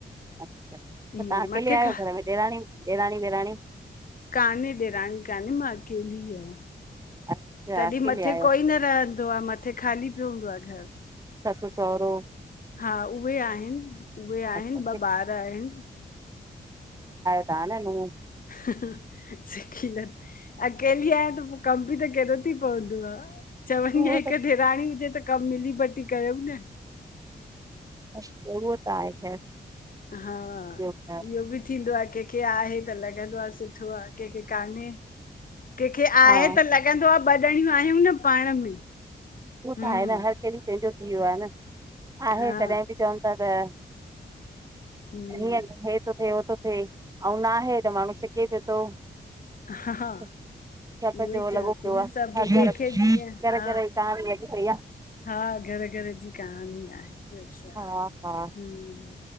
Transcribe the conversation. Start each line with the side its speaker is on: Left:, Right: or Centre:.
Right: अच्छा। त तव्हां
Left: ईअं
Right: अकेले
Left: मथे
Right: आहियो
Left: खा
Right: घर में ॾेराणी ॾेराणी वेराणी।
Left: कान्हे ॾेराणी कान्हे मां अकेली ई आहियां।
Right: <unintelligible>
Left: तॾहिं
Right: अकेले
Left: मथे
Right: आहियो
Left: कोई न रहंदो आहे, मथे खाली पियो हूंदो आहे घरु
Right: ससु- सउरो
Left: हा उहे आहिनि, उहे आहिनि
Right: अच्छा सिक
Left: ॿ ॿार आहिनि।
Right: ता ला न <unintelligible>
Left: सि खिलनि <unintelligible> अकेली आहियां, त पोइ कमु बि त केॾो थी पवंदो आहे। चवंदी
Right: उहो
Left: आहियां हिक
Right: त
Left: ॾिराणी हुजे त कमु मिली बटी कयऊं न?
Right: अच्छा उहो त आहे ख़ैर
Left: हा,
Right: ॿियो ॿुधायो
Left: इहो बि थींदो आहे, कंहिंखे आहे त लॻंदो आहे सुठो आह। कंहिंखे कान्हे कंहिंखे आहे,
Right: हा
Left: त लॻंदो आहे ॿ ॾणियूं आहियूं न पाण में
Right: उहो त
Left: हम्म
Right: आहे न, हर कंहिं ॾींं पंहिंजो थी वियो आहे न आहे
Left: हा
Right: तॾहिं बि <unintelligible> चवनि था त
Left: हम्म
Right: हीअर <unintelligible> थिए उह थो थिए, ऐं ना आहे त माण्हू सिके पियो थो।
Left: हा
Right: छा
Left: उहो
Right: ता चओ
Left: ई चवां
Right: लॻो
Left: थी
Right: पियो
Left: न
Right: आह।
Left: सभु
Right: हर घर
Left: जंहिंखे
Right: में,
Left: जीअं
Right: घर-घर
Left: हा
Right: ई वही भईया <unintelligible>
Left: हा घर- घर जी कहाणी आहे। ब्यो शा, अ
Right: हा हा
Left: ह्म